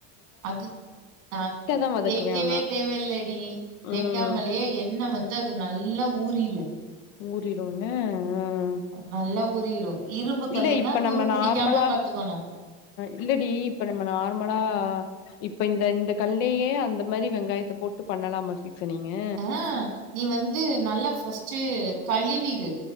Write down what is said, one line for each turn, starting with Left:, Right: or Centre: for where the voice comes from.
Right: அது அ
Left: தா வதக்குவே
Right: தேக்கவே
Left: ஆனா
Right: தேவல்லடி தேக்காமலே
Left: ம்
Right: எண்ணெய் வந்து அது நல்லா ஊறிரும்
Left: மூடிரும் உஹம் ஹ
Right: நல்லா ஊறிரு இரும்பு கல்லுன்னா
Left: இல்ல இப்ப
Right: துரு
Left: நம்ம
Right: புடிக்காம
Left: நார்மலாஹ்
Right: பாத்துக்கணு
Left: இல்லடி இப்ப நம்ம நார்மலா இப்ப இந்த இந்த கல்லேயே அந்த மாதிரி வெங்காயத்த போட்டு பண்ணலாமா சீசனிங்கு
Right: அஹ் நீ வந்து நல்லா ஃபஸ்ட் கழிவிரு